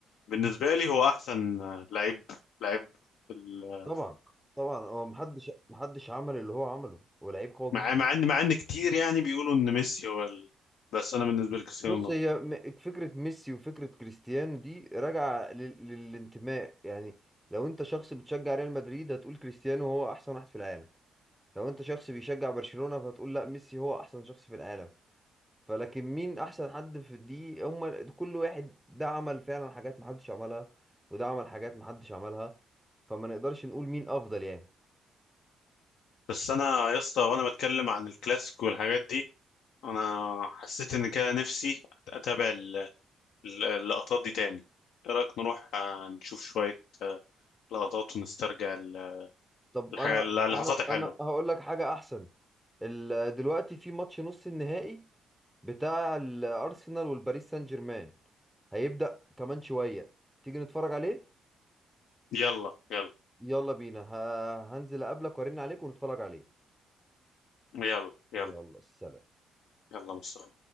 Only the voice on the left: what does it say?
بالنسبة لي هو أحسن لعيب لعيب في ال
مع
مع إن مع إن كتير يعني بيقولوا إن ميسي هو ال... بس أنا بالنسبة لي كريستيانو
رونالدو
بس أنا يا اسطى وأنا بتكلم عن الكلاسيك والحاجات دي أنا حسيت إن كده نفسي أتابع ال- ال- اللقطات دي تاني إيه رأيك نروح آه، نشوف شوية آه، لقطات ونسترجع ال-
الحاجة
اللحظات
الحلوة
يلا يلا
يلا يلا
يلا مصطفى